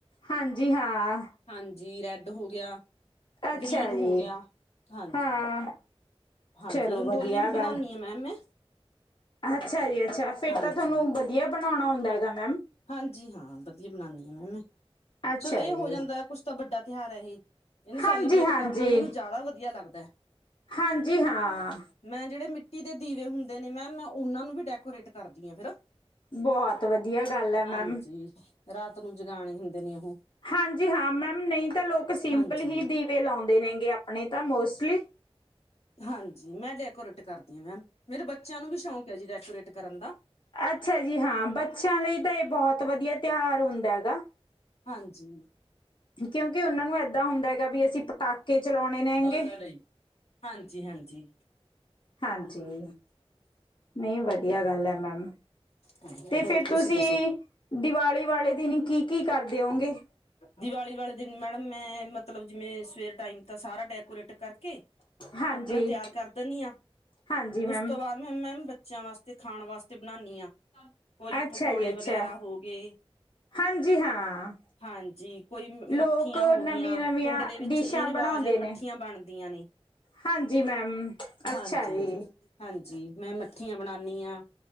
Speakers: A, on the left; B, on the left.
A: ਹਾਂਜੀ ਹਾਂ।
B: ਹਾਂਜੀ ਰੈਡ ਹੋ ਗਿਆ,
A: ਅੱਛਾ
B: ਗਰੀਨ
A: ਜੀ
B: ਹੋ ਗਿਆ, ਹਾਂਜੀ।
A: ਹਾਂ
B: ਹਾਂਜੀ
A: ਚਲੋ
B: ਰੰਗੋਲੀ
A: ਵਧੀਆ
B: ਵੀ ਬਣਾਨੀ
A: ਗੱਲ
B: ਆ ਮੈਮ ਮੈਂ
A: ਅੱਛਾ ਜੀ ਅੱਛਾ, ਫੇਰ
B: ਹਾਂਜੀ
A: ਤਾਂ ਤੁਆਨੂੰ ਵਦੀਆ ਬਨੋਨਾ ਔਦਾ ਐਗਾ ਮੈਮ।
B: ਹਾਂਜੀ ਹਾਂ ਵਦੀਆ ਬਨਾਨੀ ਆ ਮੈਮ ਮੈ,
A: ਅੱਛਾ
B: ਚਲੋ ਏ
A: ਜੀ
B: ਹੋ ਜਾਂਦਾ ਹੈ ਕੁਛ ਤਾਂ ਵੱਡਾ ਤਿਹਾਰ ਐ ਏਹ। ਏਨੂੰ ਸੈਲੀਬਰੈਟ
A: ਹਾਂਜੀ ਹਾਂਜੀ
B: ਕਰਨਾ ਮੈਨੂੰ ਜਾਦਾ ਵਦੀਆ ਲੱਗਦੈ।
A: ਹਾਂਜੀ ਹਾਂ।
B: ਮੈਂ ਜੇੜੇ ਮਿੱਟੀ ਦੇ ਦੀਵੇ ਹੁੰਦੇ ਨੇ ਮੈਮ ਮੈਂ ਓਨਾਂ ਨੂੰ ਵੀ ਡੈਕੋਰੇਟ ਕਰਦੀ ਆਂ ਫੇਰ
A: ਬਹੁਤ ਵਦੀਆ ਗੱਲ ਐ
B: ਹਾਂਜੀ
A: ਮੈਮ।
B: ਰਾਤ ਨੂੰ ਜਗਾਣੇ ਹੁੰਦੇ ਨੇ ਉਹ
A: ਹਾਂਜੀ ਹਾਂ ਮੈਮ ਨਈ ਤਾਂ ਲੋਕ ਸਿੰਪਲ
B: ਹਾਂਜੀ
A: ਹੀ ਦੀਵੇ ਲੋਦੇ ਨੇ ਗੇ ਆਪਣੇ ਤਾਂ ਮੋਸਟਲੀ।
B: ਹਾਂਜੀ ਮੈਂ ਡੈਕੋਰੇਟ ਕਰਦੀ ਆ ਮੈਮ ਮੇਰੇ ਬੱਚਿਆਂ ਨੂੰ ਵੀ ਸ਼ੌਂਕ ਐ ਜੀ ਡੈਕੋਰੇਟ ਕਰਨ ਦਾ।
A: ਅੱਛਾ ਜੀ ਹਾਂ ਬੱਚਿਆਂ ਲਈ ਤਾਂ ਏ ਬੋਹਤ ਵਦੀਆ ਤਿਹਾਰ ਹੁੰਦਾ ਐਗਾ।
B: ਹਾਂਜੀ।
A: ਕਿਓਕਿ ਓਨਾਂ ਨੂੰ ਏਦਾਂ ਹੁੰਦਾ ਹੈਗਾ ਵੀ ਅਸੀਂ ਪਟਾਕੇ ਚਲਾਉਣੇ ਨੇਗੇ
B: ਅਦਾਰ ਕਾਰਡ ਏ ਜੀ, ਹਾਂਜੀ।
A: ਹਾਂਜੀ, ਨਈ ਵਦੀਆ ਗੱਲ ਹੈ ਮੈਮ।
B: ਹਾਂਜੀ
A: ਤੇ
B: ਹੋਰ
A: ਫੇਰ ਤੁਸੀਂ
B: ਦੱਸੋ
A: ਦੀਵਾਲੀ ਵਾਲੇ ਦਿਨ ਕੀ-ਕੀ ਕਰਦੇ ਓ ਗੇ?
B: ਦੀਵਾਲੀ ਵਾਲੇ ਦਿਨ ਮੈਡਮ ਮੈਂ, ਮਤਲਬ ਜਿਵੇਂ ਸਵੇਰ ਟਾਈਮ ਤਾ ਸਾਰਾ ਡੈਕੋਰੇਟ ਕਰਕੇ
A: ਹਾਂਜੀ
B: ਆਪਣਾ ਤਿਆਰ ਕਰ ਦਨੀ ਆ,
A: ਹਾਂਜੀ
B: ਓਸ
A: ਮੈਮ
B: ਤੋਂ ਬਾਅਦ ਮੈਮ ਬੱਚੇਆਂ ਵਾਸਤੇ ਖਾਣ ਵਾਸਤੇ ਬਨਾਨੀ ਆ। ਕੋਈ
A: ਅੱਛਾ
B: ਪਕੌੜੇ
A: ਜੀ ਅੱਛਾ
B: ਵਗੈਰਾ ਹੋ ਗੇ।
A: ਹਾਂਜੀ ਹਾਂ।
B: ਹਾਂਜੀ ਕੋਈ
A: ਲੋਕ
B: ਮੱਠੀਆਂ ਹੋ
A: ਨਵੀਂ-ਨਵੀਆਂ
B: ਗਈਆਂ, ਪਿੰਡ ਦੇ ਵਿੱਚ
A: ਡਿਸ਼ਾਂ
B: ਏ ਰਿਵਾਜ਼
A: ਬਣਾਉਂਦੇ
B: ਮੱਠੀਆਂ
A: ਨੇ।
B: ਬਨਦੀਆਂ ਨੇ,
A: ਹਾਂਜੀ ਮੈਮ, ਅੱਛਾ
B: ਹਾਂਜੀ।
A: ਜੀ,
B: ਹਾਂਜੀ, ਮੈਂ ਮੱਠੀਆਂ ਬਨਾਨੀ ਆ।